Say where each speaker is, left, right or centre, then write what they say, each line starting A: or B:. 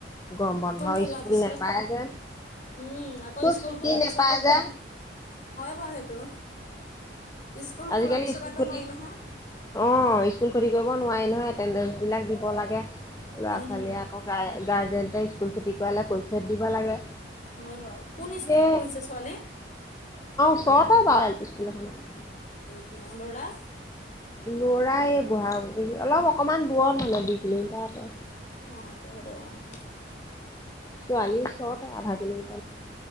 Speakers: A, on the left (about 20°); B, on the left (about 40°).
A: গৰম বন্ধ
B: খোলাৰ
A: স্কুল
B: পিছত
A: নোপায় যে
B: উম, আকৌ স্কুল
A: ছুটি
B: খোলা
A: নেপায়
B: পিছত নহব
A: যে
B: নহয় হৈ বাৰু সেইটো। স্কুল খোলাৰ
A: আজিকালি
B: পিছত
A: স্কুল
B: আকৌ
A: ক্ষতি
B: নোৱাৰি নহয়
A: অ', স্কুল ক্ষতি কৰিব নোৱাৰি নহয়, এটেডেঞ্চ বিলাক দিব লাগে। ল'ৰা
B: উম
A: ছোৱালীয়ে আকৌ গাৰ্জেনটে স্কুল ক্ষতি কৰালে কৈ থয় দিব লাগে।
B: হয় বাৰু কোন
A: ধেৰ
B: স্কুলত পঢ়িছে ছোৱালী?
A: চৰকাৰী বাৰু এল পি স্কুল এখনত।
B: তি অ' ল'ৰা।
A: লৰাই বুঢ়া বহি অলপ অকণমান দূৰত মানে দুই কিলোমিটাৰ। আঁতৰত
B: অ', ত' আৰু অ',
A: ছোৱালীৰ ওচৰতে আধা কিলোমিটাৰ